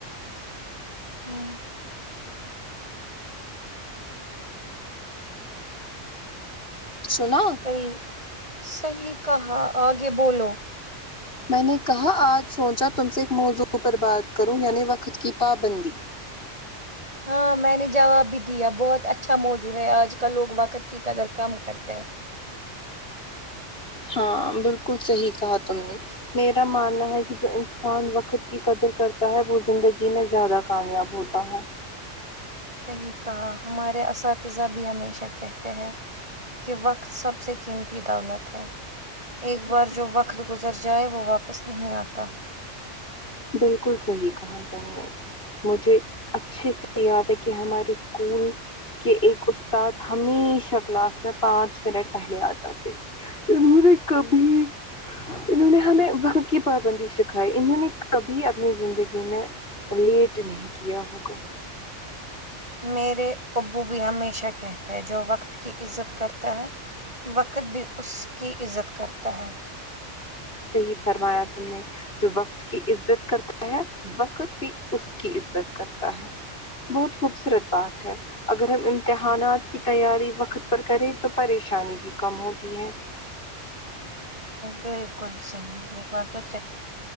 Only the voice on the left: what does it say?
سنا
میں نے کہا آج سوچا تم سے ایک موضوع پر بات کروں یعنی وقت کی پابندی
ہاں بالکل صحیح کہا تم نے میرا ماننا ہے کہ جو انسان وقت کی قدر کرتا ہے وہ زندگی میں زیادہ کامیاب ہوتا ہے
بالکل صحیح کہا تم نے مجھے اچھے سے یاد ہے کہ ہمارے اسکول کہ ایک استاد ہمیشہ کلاس میں پانچ منٹ پہلے آ جاتے تھے انہوں نے کبھی انہوں نے ہمیں وقت کی پابندی سکھائی انہوں نے کبھی اپنی زندگی میں لیٹ نہیں کیا ہوگا
صحیح فرمایا تم نے جو وقت کی عزت کرتا ہے وقت بھی اس کی عزت کرتا ہے بہت خوبصورت بات ہے اگر ہم امتحانات کی تیاری وقت پر کریں تو پریشانی بھی کم ہوتی ہے